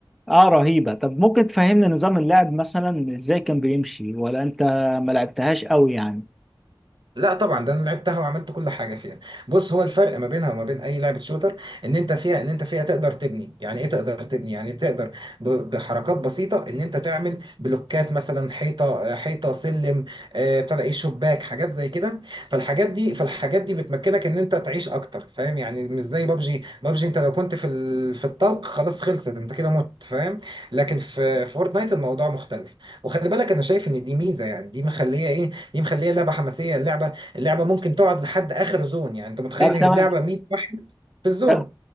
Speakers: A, in the centre; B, on the right.
A: اه رهيبة طب ممكن تفهمنا نظام اللعب مثلا ازاي كان بيمشي ولا انت ما لعبتهاش قوي يعني
B: لا طبعا ده انا لعبتها وعملت كل حاجه فيها بص هو الفرق ما بينها وما بين اي لعبه شوتر ان انت فيها ان انت فيها تقدر تبني يعني ايه تقدر تبني يعني تقدر ب- بحركات بسيطه ان انت تعمل بلوكات مثلا حيطه حيطه سلم آه، ابتدى ايه شباك حاجات زي كده فالحاجات دي فالحاجات دي بتمكنك ان انت تعيش اكتر فاهم يعني مش زي بابجي بابجي انت لو كنت في ال... في الطلق خلاص خلصت انت كده مت فاهم لكن في في فورتنايت الموضوع مختلف وخلي بالك انا شايف ان دي ميزه يعني دي مخليه ايه دي مخليها اللعبه حماسيه اللعبه اللعبه ممكن تقعد لحد اخر زون يعني انت متخيل
A: طب
B: هي
A: تمام
B: اللعبه 100 واحد في الزون
A: ف-